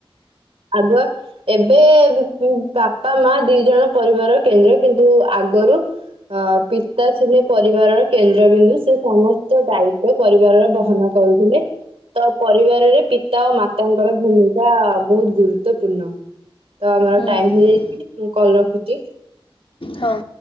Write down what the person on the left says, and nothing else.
ହୁଁ ହୁଁ
ହଁ।